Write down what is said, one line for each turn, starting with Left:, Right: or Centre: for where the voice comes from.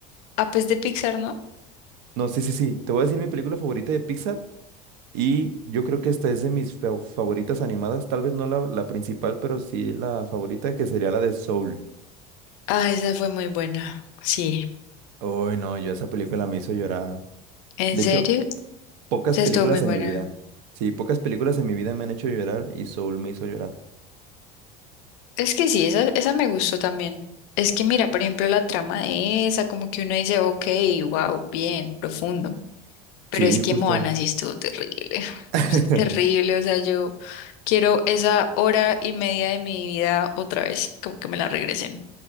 Left: Ah, pues de Pixar, ¿no?
Right: No, sí, sí, sí, te voy a decir mi película favorita de Pixar y yo creo que esta es de mis fa- favoritas animadas, tal vez no la, la principal, pero sí la favorita que sería la de Soul.
Left: Ah, esa fue muy buena. Sí.
Right: Uy, no, yo esa película me hizo llorar.
Left: ¿En
Right: De
Left: serio?
Right: hecho, pocas
Left: Esa
Right: películas
Left: estuvo muy buena.
Right: en mi vida. Sí, pocas películas en mi vida me han hecho llorar y Soul me hizo llorar.
Left: Es que sí, esa, esa me gustó también. Es que mira, por ejemplo, la trama de esa, como que uno dice, ok, wow, bien, profundo. Pero
Right: Sí,
Left: es que
Right: justo.
Left: Moana sí estuvo terrible. <sighs>
Right: <laughs>
Left: O sea, terrible, o sea, yo quiero esa hora y media de mi vida otra vez, como que me la regresen.